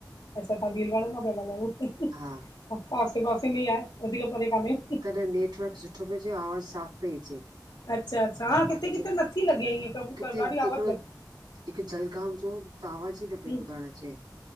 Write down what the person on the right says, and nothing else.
हा
पर नेटवर्क सु सुठो प्यो अचे आवाज़ु साफ़ पई अचे
बाक़ी
जे
किथे
हिकिड़ो
हिकु जलगांव जो मुंखे त आवाज ही
न पई ॿुधणु अचे।